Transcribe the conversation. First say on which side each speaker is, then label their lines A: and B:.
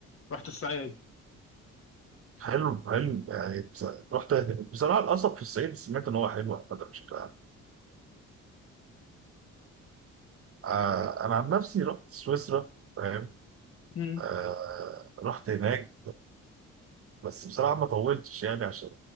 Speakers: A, on the left (about 45°); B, on the right (about 50°).
A: رحت الصعيد
B: حلو حلو يعني بص- رحت بصراحه القصب في الصعيد سمعت ان هو حلو عامه بشكل عام آه انا عن نفسي رحت سويسرا فاهم
A: مم.
B: آه رحت هناك بس بصراحه ما طولتش يعني عشان